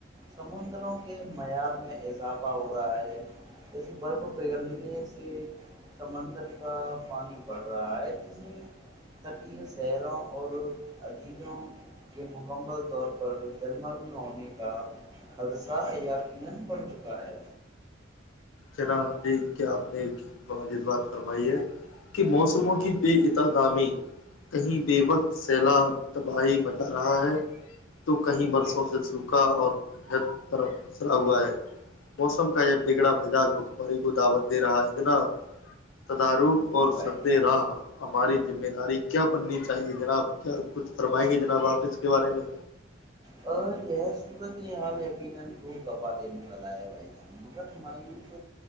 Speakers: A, on the right; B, on the left.
A: سمندروں کے معیار میں اضافہ ہو رہا ہے جیسے برف پگلنے سے سمندر کا پانی بڑھ رہا ہے جسے تٹیل سحروں اور عجیزوں کے مکمل طور پر جلمگن ہونے کا خدشہ یقینا پڑ چکا ہے
B: جناب جی کیا آپ نےجد بات فرمائی ہے کہ موسموں کی بے ات دامی کہیں بے وقت سیلاب تباہی مچا رہا ہے تو کہیں برسوں سے سوکھا اور برف پسرا ہوا ہے موسم کا یہ بگڑا میدان بکمری کو دعوت دے رہا ہے اتنا تدار
A: جی
B: اور
A: بھائی
B: سدے
A: جان
B: راہ ہماری ذمہ داری کیا بننی چاہیے جناب کیا کچھ فرمائیں گے جناب آپ اس کے بارے میں
A: دینے والا ہے بھائی جان مگر مایوس